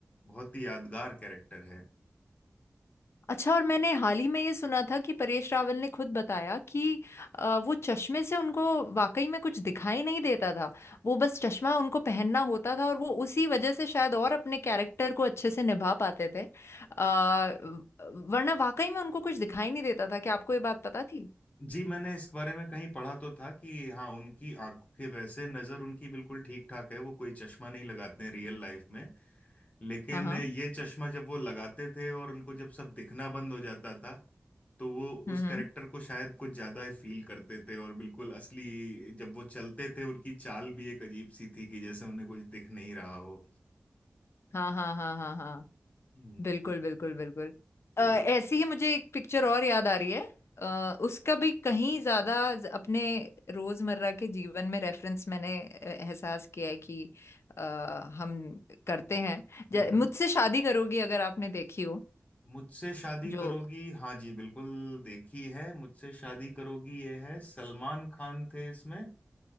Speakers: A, on the left; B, on the left.
A: बहुत ही यादगार कैरेक्टर है
B: अच्छा और मैंने हाल ही में ये सुना था कि परेश रावल ने खुद बताया कि अ, वो चश्मे से उनको वाकई में कुछ दिखाई नहीं देता था वो बस चश्मा उनको पहनना होता था और वो उसी वजह से शायद और अपने कैरेक्टर को अच्छे से निभा पाते थे अ, वरना वाकई में उनको कुछ दिखाई नहीं देता था क्या आपको ये बात पता थी
A: जी मैंने इस बारे में कहीं पढ़ा तो था कि हाँ उनकी आंखें वैसे नज़र उनकी बिल्कुल ठीक ठाक है वो कोई चश्मा नहीं लगाते हैं रियल लाइफ में लेकिन
B: हाँ हाँ
A: ये चश्मा जब वो लगाते थे और उनको जब सब दिखना बंद हो जाता था तो वो
B: हम्म
A: उस
B: हम्म
A: कैरेक्टर को शायद कुछ ज़्यादा फील करते थे और बिल्कुल असली जब वो चलते थे उनकी चाल भी एक अजीब सी थी कि जैसे उन्हें कुछ दिख नहीं रहा हो
B: हाँ हाँ हाँ हाँ हाँ
A: हम्म,
B: बिल्कुल
A: तो,
B: बिल्कुल बिल्कुल
A: तो
B: अ, ऐसी
A: हम्म
B: ही मुझे एक पिक्चर और याद आ रही है अ, उसका भी कहीं ज्यादा ज- अपने रोजमर्रा के जीवन में रेफरेंस मैंने अ, एहसास किया है कि अ, हम करते हैं ज-
A: हम्म हम्म।
B: मुझसे शादी करोगी अगर आपने देखी हो
A: मुझसे शादी
B: जो
A: करोगी हाँ जी बिल्कुल देखी है मुझसे शादी करोगी ये है सलमान खान थे इसमें